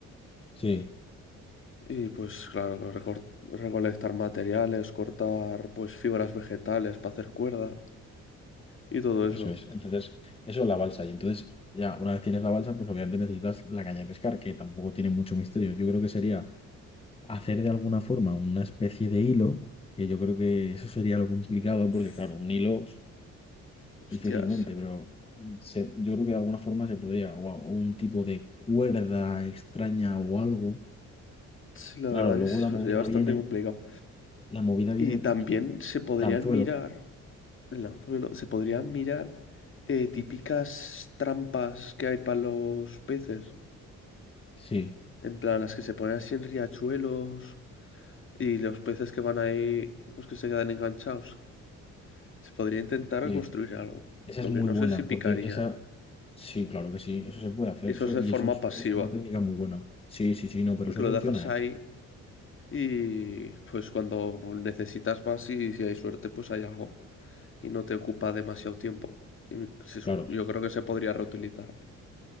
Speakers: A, on the left; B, on the left.
A: Sí,
B: Y pues claro, recor- recolectar materiales, cortar pues fibras vegetales para hacer cuerda y todo eso.
A: eso es. Entonces, eso es la balsa. Y entonces, ya, una vez tienes la balsa, pues obviamente necesitas la caña de pescar, que tampoco tiene mucho misterio. Yo creo que sería hacer de alguna forma una especie de hilo que yo creo que eso sería lo complicado,
B: Uf,
A: porque claro, un hilo
B: hostias.
A: Difícilmente, pero se- yo creo que de alguna forma se podría, o a- o un tipo de cuerda extraña o algo.
B: Sí, la
A: Claro,
B: verdad
A: luego
B: que eso
A: la movida
B: sería bastante
A: viene,
B: complicado.
A: la movida viene,
B: Y también se podrían
A: el anzuelo.
B: mirar, el anzuelo, se podrían mirar eh, típicas trampas que hay para los peces.
A: Sí,
B: En plan, las que se ponen así en riachuelos y los peces que van ahí, pues que se quedan enganchados. Se podría intentar
A: sí,
B: construir algo,
A: esa
B: lo
A: es muy
B: que no
A: buena,
B: sé si picarían.
A: porque esa, sí, claro que sí, eso se puede hacer,
B: Eso
A: eso,
B: es de
A: y
B: forma
A: eso es,
B: pasiva,
A: es una técnica muy buena. Sí, sí, sí, no, pero
B: porque
A: eso
B: lo
A: funciona,
B: dejas ahí
A: ¿eh?
B: y pues cuando necesitas vas y si hay suerte pues hay algo y no te ocupa demasiado tiempo. Y se
A: Claro,
B: sup- yo creo que se podría reutilizar.